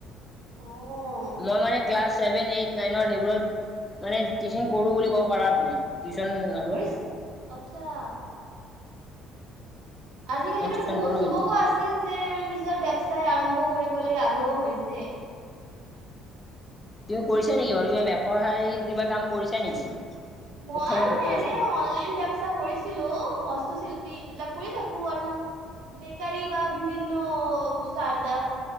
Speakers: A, on the right (about 75°); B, on the left (about 20°).
A: কৰিছ
B: মই মানে ক্লাছ ছেভেন, এইট, নাইনৰ সেইবোৰত মানে টিচিঙ কৰো বুলি কব পাৰা তুমি। টিউচন আৰু
A: কৰি আচ্ছা। আজিকালি
B: মই
A: মানে
B: টিউচন
A: বহুত
B: কৰো
A: যুৱকো
B: কিন্তু
A: আছে যে মানে নিজৰ ব্যৱসায় আৰম্ভ কৰিবলৈ আগ্ৰহ হৈছে।
B: তুমি কৰিছা নেকি বাৰু কিবা ব্যৱসায় কিবা কাম কৰিছা নেকি?
A: মই
B: উত্থাপন অ
A: মানে এনে অনলাইন বেৱচায় কৰিছিলো। ক শিল্পী এইবিলাক কৰি থাকো আৰু। বেকাৰি বা বিভিন্ন ষ্টাৰ্ট আপ।